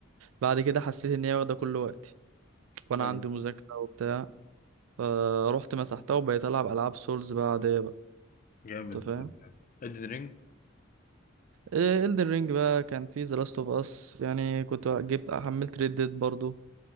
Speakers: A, on the right; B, on the left.
A: بعد كده حسيت إن هي واخدة كل وقتي وأنا
B: ايوه
A: عندي مذاكرة وبتاع فروحت مسحتها وبقيت ألعب ألعاب سولز بقى عادية بقى
B: جامد
A: أنت فاهم
B: ريد رينج
A: إلدن رينج بقى كان في ذا لاست أوف أس يعني كنت جبت حملت ريد ديد برضو